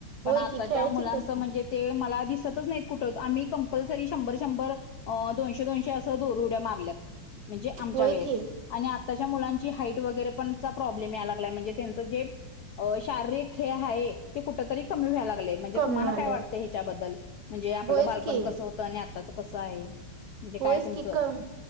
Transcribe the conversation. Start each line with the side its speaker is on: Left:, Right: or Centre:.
Left: पण
Right: होय
Left: आताच्या
Right: की खेळायचीतच
Left: मुलांचं
Right: की
Left: म्हणजे ते मला दिसतच नाहीत कुठ? आम्ही कंपल्सरी शंभर शंभर आ दोनशे दोनशे असं दोर उड्या मारल्यात म्हणजे आमच्या
Right: होय
Left: वेळेस
Right: की
Left: आणि आ त्याच्या मुलांची हाईट वगैरे पण चा प्रो ्म या लागलाय म्हणजे त्याच ते अ शारीरिक खेळ आहे ते कुठ तरी कमी व्हायला लाग म्हणजे
Right: कमी
Left: तुम्हाला
Right: व्हालय
Left: काय वाटते ह्याच्याबद्दल म्हणजे या आपलं
Right: होयच
Left: बालपण
Right: की
Left: कसं होतं आणि आताच कसं आहे? म्हणजे
Right: होयच
Left: काय तुमचं
Right: की कम